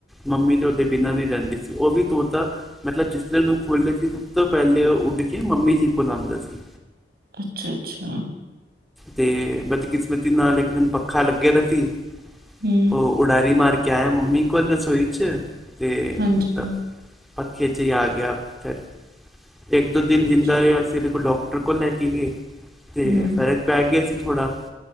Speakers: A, in the centre; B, on the right.
A: ਮੰਮੀ ਤੇ ਓਦੇ ਬਿਨਾਂ ਨੀ ਰੈਂਦੀ ਸੀ, ਓ ਵੀ ਤੋਤਾ ਮਤਲਬ ਜਿਸ ਦਿਨ ਨੂੰ ਖੋਲੇ ਸੀ ਸਬ ਤੋ ਪੈਲੇ ਓ ਉਡ ਕਿ ਮੰਮੀ ਜੀ ਕੋਲ ਆਂਦਾ ਸੀ।
B: ਅੱਛਾ ਅੱਛਾ
A: ਤੇ ਬਦਕਿਸਮਤੀ ਨਾਲ ਇੱਕ ਦਿਨ ਪੱਖਾ ਲਗੇਆ ਦਾ ਸੀ
B: ਹੂੰ
A: ਓ ਉਡਾਰੀ ਮਾਰ ਕੇ ਆਏਆ ਮੰਮੀ ਕੋਲ ਰਸੋਈ ਚ ਤੇ
B: ਹਾਂਜੀ,
A: ਮਤਬ ਪੱਖੇ ਚੇ ਆ ਗੇਆ ਫੇਰ, ਏਕ ਦੋ ਦਿਨ
B: ਅੱਛਾ,
A: ਜਿੰਦਾ ਰੇਆ ਅਸੀ ਓਦੇ ਕੋਲ ਡਾ ਟਰ ਕੋਲ ਲੈ ਕੇ ਗਏ, ਤੇ
B: ਹੂੰ,
A: ਫ਼ਰਕ ਪੈ ਗੇਆ ਸੀ ਥੋੜਾ